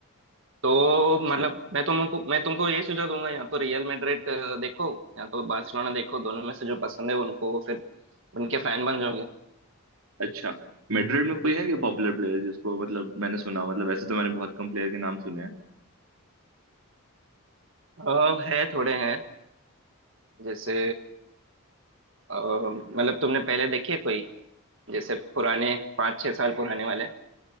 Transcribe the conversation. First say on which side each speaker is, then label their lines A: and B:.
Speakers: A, on the right; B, on the right.
A: तो
B: अच्छा
A: मतलब मैं तुमको मैं तुमको ये सुझाव दूंगा या तो रियल मैड्रिड अ, देखो या तो बार्सिलोना देखो दोनों में से जो पसंद है उनको फिर उनके फैन बन जाओगे
B: अच्छा मैड्रिड में कोई है क्या पॉपुलर प्लेयर जिसको मतलब मैंने सुना हो? मतलब वैसे तो मैंने बहुत कम प्लेयर के नाम सुने हैं
A: आ, है थोड़े हैं जैसे अ, मतलब तुमने पहले देखे कोई जैसे पुराने पाँच छह साल पुराने वाले